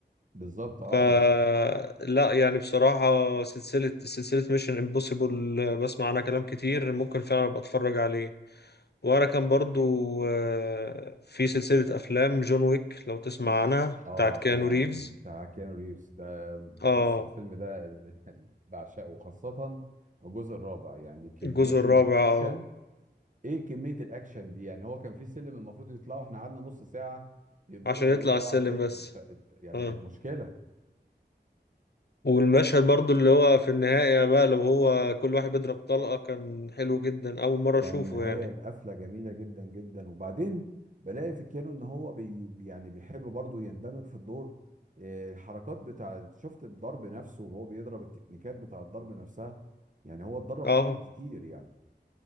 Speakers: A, on the right; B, on the left.
A: بالظبط اه
B: ف لا يعني بصراحة سلسلة سلسلة ميشن امبوسيبل بسمع عنها كلام كتير ممكن فعلا ابقى اتفرج عليه ورا كان برضو آه، في سلسلة أفلام جون ويك لو تسمع عنها
A: اه
B: بتاعت كيانو
A: طبعا
B: ريفز
A: بتاع كيانو ريفز ده
B: اه
A: بص الفيلم ده <laughs> بعشقه خاصة الجزء الرابع يعني كمية
B: الجزء الرابع
A: اكشن
B: اه
A: ايه كمية الاكشن دي يعني هو كان في سلم المفروض يطلعوا احنا قعدنا نص ساعة يتضرب
B: عشان يطلع
A: ويقع
B: على السلم
A: تا-
B: بس
A: ت- يعني
B: اه
A: كانت مشكلة
B: والمشهد برضو اللي هو في النهاية بقى لو هو كل واحد بيضرب طلقة كان حلو جدا أول مرة أشوفه
A: كان نهاية
B: يعني
A: القفلة جميلة جدا جدا وبعدين بلاقي في كيانو ان هو بي يعني بيحب برضه يندمج في الدور إيه، الحركات بتاع شفت الضرب نفسه وهو بيضرب التكنيكات بتاع الضرب نفسها يعني هو اتدرب
B: اه
A: اكيد كتير يعني